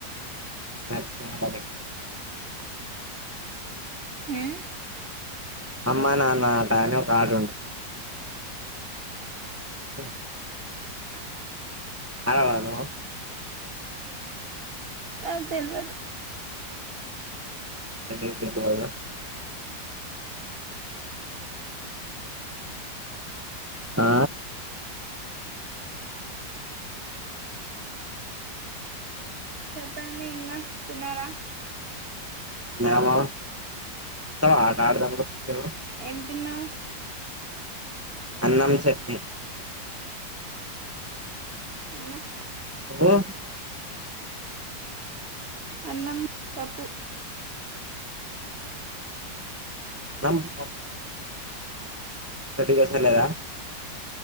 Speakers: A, on the right; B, on the right.
A: మాచ్ <inaudible>
B: హ్మ్
A: అమ్మా నాన్న ఆట అని ఒక ఆటున్ ఉ ఆడవా నువ్వు
B: నాకు తెల్వదు
A: <unintelligible> ఆ
B: చెప్పండి ఇంగా తిన్నారా
A: మేమా తవ ఆట ఆడదానికి నువ్వు
B: ఏం తిన్నావ్
A: అన్నం చట్నీ
B: అన్నం
A: నువ్వు
B: అన్నం పప్పు
A: అన్నం పప్పు దొడ్డిక వస్తలేదా